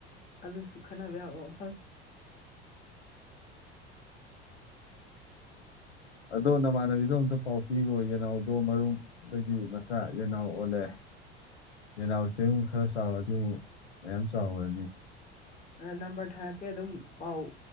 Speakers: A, on the left (about 20°); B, on the left (about 80°).
A: ꯑꯗꯨꯁꯨ ꯈꯟꯅꯕ ꯌꯥꯕ ꯋꯥꯐꯝꯅꯤ
B: ꯑꯗꯣ ꯅꯃꯥꯟꯅꯕꯤꯗꯣ ꯑꯝꯇ ꯄꯥꯎ ꯄꯤꯈꯣ ꯌꯦꯅꯥꯎꯗꯣ ꯃꯔꯨꯝ ꯗꯒꯤ ꯃꯆꯥ ꯌꯦꯅꯥꯎ ꯑꯣꯜꯂꯦ ꯌꯦꯅꯥꯎ ꯋꯦ ꯈꯔ ꯆꯥꯎꯔꯗꯤ ꯑꯃꯨꯛ ꯌꯥꯝꯌꯥꯝ ꯆꯥꯎꯈ꯭ꯔꯅꯤ
A: ꯅꯝꯕꯔ ꯊꯥꯔꯛꯀꯦ ꯑꯗꯨꯝ ꯄꯥꯎ